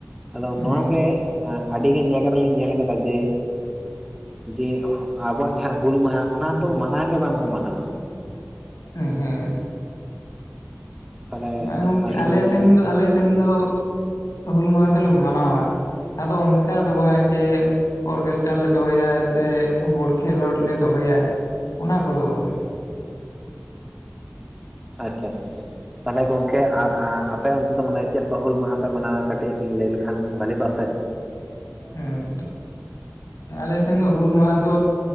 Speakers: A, in the centre; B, on the left.
A: ᱟᱫᱚ
B: ᱦᱮᱸ
A: ᱱᱚᱣᱟᱜ ᱜᱮ ᱦᱮᱸ ᱟᱹᱰᱤᱜᱟᱱ ᱡᱟᱭᱜᱟ ᱨᱮᱞᱤᱧ ᱧᱮᱞ ᱟᱠᱟᱫᱟ ᱡᱮ ᱡᱮ ᱟᱵᱚᱣᱟᱜ ᱡᱟᱦᱟᱸ ᱦᱩᱞ ᱢᱟᱦᱟ ᱚᱱᱟ ᱫᱚ ᱢᱟᱱᱟᱣ ᱜᱮ ᱵᱟᱝᱠᱚ ᱢᱟᱱᱟᱣᱟ
B: ᱮᱸ ᱦᱮᱸ
A: ᱛᱟᱦᱚᱞᱮ
B: ᱦᱮᱸ ᱜᱚᱝᱠᱮ
A: ᱟᱹᱞᱤᱧ
B: ᱟᱞᱮ ᱥᱮᱱ ᱫᱚ ᱟᱞᱮ ᱥᱮᱱ ᱫᱚ ᱦᱩᱞ ᱢᱟᱦᱟ ᱫᱚᱞᱮ ᱢᱟᱱᱟᱣᱟ ᱟᱫᱚ ᱚᱱᱠᱟ ᱫᱚ ᱵᱟᱝ ᱡᱮ ᱚᱨᱠᱮᱥᱴᱟᱨ ᱞᱮ ᱫᱚᱦᱚᱭᱟ ᱥᱮ ᱵᱚᱞ ᱠᱷᱮᱞᱳᱰ ᱞᱮ ᱫᱚᱦᱚᱭᱟ ᱚᱱᱟ ᱠᱚᱫᱚ ᱵᱟᱝᱟ
A: ᱟᱪᱪᱷᱟ ᱟᱪᱪᱷᱟ ᱟᱪᱪᱷᱟ ᱛᱟᱦᱚᱞᱮ ᱜᱚᱝᱠᱮ ᱟᱯᱮ ᱚᱱᱛᱮ ᱫᱚ ᱢᱟᱱᱮ ᱪᱮᱫᱠᱟ ᱦᱩᱞ ᱢᱟᱦᱟ ᱯᱮ ᱢᱟᱱᱟᱣᱟ ᱠᱟᱹᱴᱤᱡ ᱵᱤᱱ ᱞᱟᱹᱭ ᱞᱮᱠᱷᱟᱱ ᱵᱷᱟᱞᱤ ᱠᱚᱜᱼᱟ ᱥᱮ
B: ᱦᱮᱸ ᱟᱞᱮ ᱥᱮᱱ ᱫᱚ ᱦᱩᱞ ᱢᱟᱦᱟ ᱫᱚ